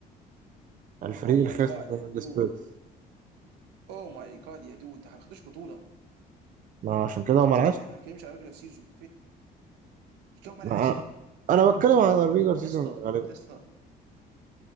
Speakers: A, on the right (about 50°); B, on the right (about 90°).
A: الفريق
B: او ماي
A: الخاسر
B: جاد يا
A: من
B: دود
A: السبيرز
B: او ماي جاد يا دود ده احنا ما خدوش بطوله
A: ما عشان كده هم
B: انت بتتكلم
A: العاشر
B: احنا ما بنتكلمش على ريجلر سيزون هم العاشر
A: ما انا أنا بتكلم عن الريجر سيزون
B: يا اسطى
A: غالبا
B: يا اسطى